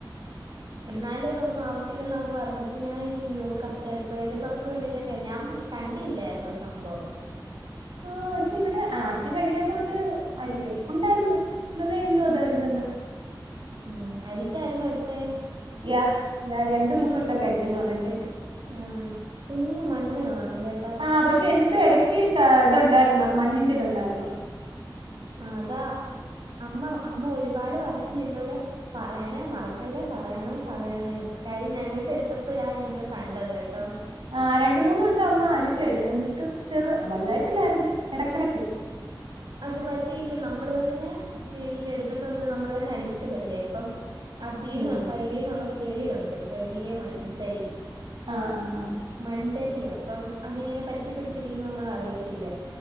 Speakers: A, on the right; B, on the right.
A: എന്നാലതൊന്നും ആവത്തില്ലെന്ന് അമ്മ പറഞ്ഞപ്പൊ ഞാൻ വിചാരിച്ച് അയ്യോ കഷ്ടായിപ്പോയല്ല കൊറച്ചു മേടിക്കണ്ടേ ഞാൻ പോയി കണ്ടില്ലായിരുന്നു സംഭവം
B: ആഹ് പക്ഷെ ഇവിടെ ആഹ് അച്ഛൻ കഴിക്കാത്തൊണ്ട് ആയിരിക്കും ഒണ്ടാരുന്നു ഇന്നലെ ഇന്നും ഇതായിരുന്നല്ലോ
A: ഉം അരിച്ചാരുന്നേ എടുത്തേ
B: യാഹ് യാഹ് രണ്ട് മൂന്ന് വട്ടോക്ക അരിച്ചെന്ന് പറയുന്ന കേട്ടു
A: ഉം കുഞ്ഞ് മണ്ണ് കാണും കേ
B: ആഹ് പക്ഷെ എന്നിട്ട് എടക്ക് ക ഇതുണ്ടാരുന്നു മണ്ണിന്റെ ഇതേണ്ടാരുന്നു
A: ആ അതാ അമ്മ പ അമ്മ ഒരുപാട് പറഞ്ഞു എന്നോട് പറയണേ മറക്കല്ലേ പറയണേ പറയണേന്ന് കാര്യം ഞങ്ങക്ക് എടുത്തപ്പഴാ ഞങ്ങള് കണ്ടത് കേട്ടോ
B: ആഹ് രണ്ട മൂന്ന് തൊട്ടം അമ്മ അരിച്ച എടുത്ത് എന്നിട്ട് ചെറു വലുതായിട്ടില്ലായിരുന്നു ഇടക്കിടക്ക്
A: അത് മറ്റേ ഇല്ല നമ്മള് തന്നെ നെല്ല് എടുത്തണ്ട് വന്ന് നമ്മള് തന്നെ അടിച്ചതല്ലേ അപ്പം അതിന്ന്
B: ആഹ്
A: വയലീന്നുള്ള ചെളിയുണ്ട് ചെറിയ മൺതരി
B: ആഹ് ആഹ് ആഹ്
A: മണ്ടരിയ അപ്പം അതിങ്ങനെ പറ്റി പിടിച്ചിരിക്കുമ്പോ നമ്മൾ അറിയത്തില്ല